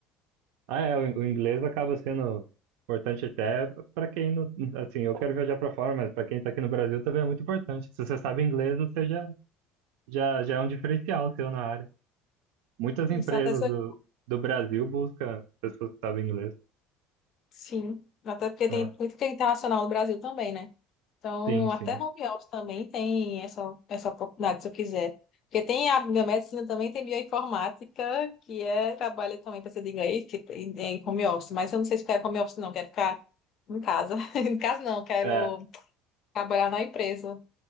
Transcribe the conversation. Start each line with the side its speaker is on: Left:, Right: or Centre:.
Right: Ah, é, o, in- o inglês acaba sendo importante até pra quem não, assim, eu quero viajar pra fora, mas pra quem tá aqui no Brasil também é muito importante. Se você sabe inglês, você já, já, já é um diferencial seu na área. Muitas
Left: Isso,
Right: empresas
Left: até se-
Right: do, do Brasil buscam pessoas que sabem inglês.
Left: sim, até porque tem
Right: Ah,
Left: muito que é internacional no Brasil também, né? Então,
Right: sim,
Left: até
Right: sim.
Left: home office também tem essa, essa oportunidade, se eu quiser. Porque tem a biomedicina também, tem bioinformática, que é, trabalha também para ser de inglês, que tem- é em home office. Mas eu não sei se quero home office, não, quero ficar em casa. <laughs> Em casa não, quero
Right: É,
Left: trabalhar na empresa.